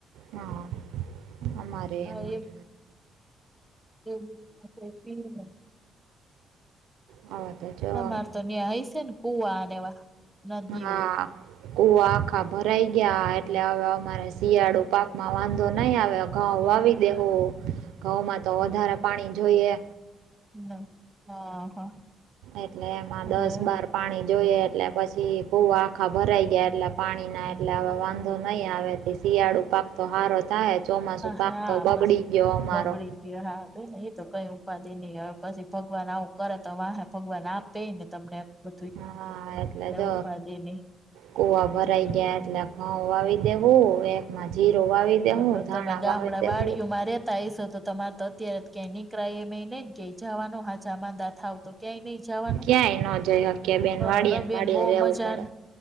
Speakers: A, on the right (about 90°); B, in the centre.
A: હા, અમારે
B: હા
A: એમજ.
B: એમ એવું બધું કોઈ પી <unintelligible>
A: હ તો જોવાને
B: અમારે તો ન્યા હસ્ય ન કુંઆ ને એવા? નદીઓ
A: હા, કુઆ આખા ભરાઈ ગયા, એ ટલે હવે અમારે શિયાળુ પાકમાં વાંધો નહી આવે, અ ઘઉ
B: ને
A: વાવી
B: હા
A: દેહું. ઘઉંમાં તો વધારે પાણી જોઈએ.
B: ન આ હા
A: એટલે એમાં
B: એટલે
A: દસ બાર પાણી જોઈએ એટલે પછી, કુવા આખા ભરાઈ ગયા એટલે પાણીના, એટલે હવે વાંધો નહીં આવે. શિયાળુ પાક તો હારો થાય, ચોમાસુ
B: હા
A: પાક
B: હા
A: તો બગડી
B: પછી
A: ગયો અમારો.
B: બગડી હા બે એ તો કયું ઉ ઉપાદી નહી, હવે પછી ભગવાન આવું કરે તો વાહે, ભગવાન આપેને તમને. બધું
A: હા એટલે જો,
B: ઉપાધિ નહી
A: કુવા ભરાઈ ગયા એટલે. ઘઉં વાવી દેહું, એકમાં જીરો વાવી દેવું
B: તો તો
A: ધાણા
B: તમે ગામડા
A: વાવી દેવું
B: વાડીઓમાં રે તાઈસો તો તમાર તો અત્યારે ક્યાં નિકળાએ એમએ નઈ ને કે જવાનો હાચા માદા થાવ તો. ક્યાંય નહી જવાનું,
A: ક્યાંય ન જઈ શકીએ બેન
B: અરર
A: વાડીએ ને
B: બેન
A: વાડીએ
B: બહું
A: રહેવું
B: મજા
A: પડે